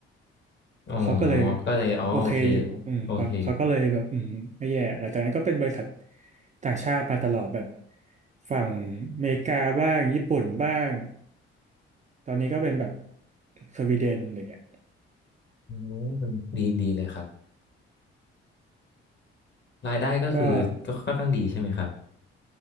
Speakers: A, on the left; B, on the right.
A: ำอ๋อ
B: เขาก็เลย
A: ก็เลยอ๋อโอเค
B: โอเคอยู่อืมเขาเขาก็เลยแบบอืมไม่แย่หลังจากนั้นก็เป็นบริษัท
A: โอเค
B: ต่างชาติมาตลอดแบบฝั่งอเมริกาบ้างญี่ปุ่นบ้างตอนนี้ก็เป็นแบบสวีเดนอะไรเงี้ย
A: โอดีดีเลยครับรายได้ก็คือก็ค่อนข้างดีใช่ไหมครับ
B: ก็